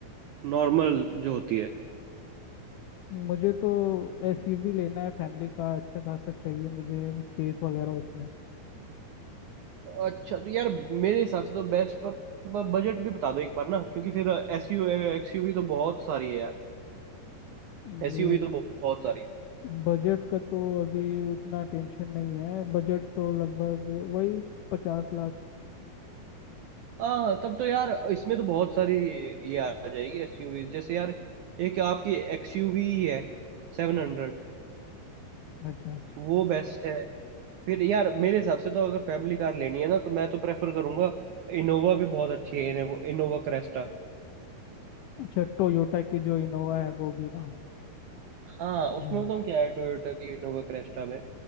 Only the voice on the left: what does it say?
मुझे तो एसयूवी लेना है फैमिली का अच्छा खासा चाहिए मुझे स्पेस वगैरह उसमें
ये
बजट का तो अभी उतना टेंशन नहीं है बजट तो लगभग वही पचास लाख
अच्छा अच्छा
अच्छा टोयोटा की जो इनोवा है वो भी ना
हाँ